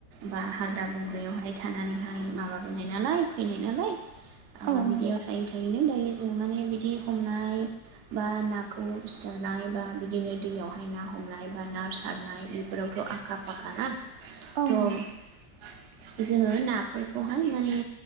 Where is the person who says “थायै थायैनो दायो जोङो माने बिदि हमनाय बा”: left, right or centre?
Right